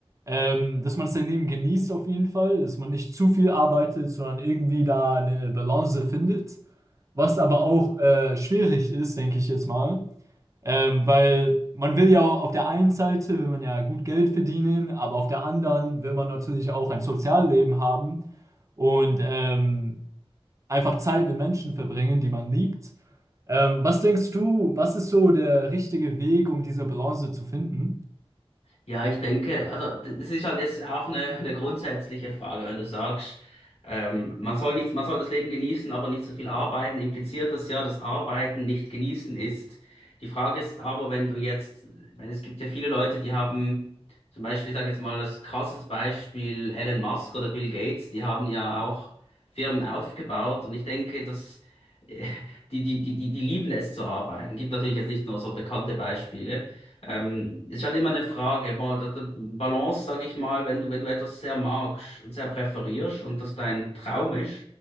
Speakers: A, on the right; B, on the left.
A: Ähm, dass man sein Leben genießt auf jeden Fall, dass man nicht zu viel arbeitet, sondern irgendwie da eine Balance findet. Was aber auch äh, schwierig ist, denke ich jetzt mal. Ähm, weil man will ja auf der einen Seite will man ja gut Geld verdienen, aber auf der anderen will man natürlich auch ein Sozialleben haben und ähm, einfach Zeit mit Menschen verbringen, die man liebt. Ähm, was denkst du, was ist so der richtige Weg, um diese Balance zu finden?
B: Ja, ich denke, also das ist halt jetzt auch eine, eine grundsätzliche Frage, wenn du sagst, ähm, man soll nichts, man soll das Leben genießen, aber nicht so viel arbeiten, impliziert das ja, dass Arbeiten nicht genießen ist. Die Frage ist aber, wenn du jetzt, ich meine, es gibt ja viele Leute, die haben zum Beispiel, ich sage jetzt mal das krasses Beispiel, Elon Musk oder Bill Gates, die haben ja auch Firmen aufgebaut und ich denke, dass äh, die, die, die, die, die lieben es zu arbeiten. Gibt natürlich jetzt nicht nur so bekannte Beispiele. Ähm, ist halt immer eine Frage, mal, das- das Balance, sag ich mal, wenn du, wenn du etwas sehr magst und sehr präferierst und das dein Traum ist